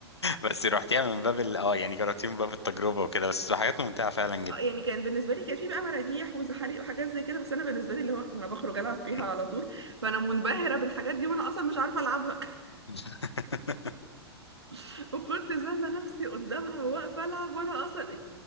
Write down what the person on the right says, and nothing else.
آه، يعني كان بالنسبه لي كان في بقى مراجيح وزحاليق وحاجات زي كده بس انا بالنسبه لي اللي هو ما انا بخرج العب فيها
على طول فانا منبهره بالحاجات دي وانا اصلا مش عارفه العبها
<laughs> وكنت زله نفسي قدامها واقفه العب وانا اصلا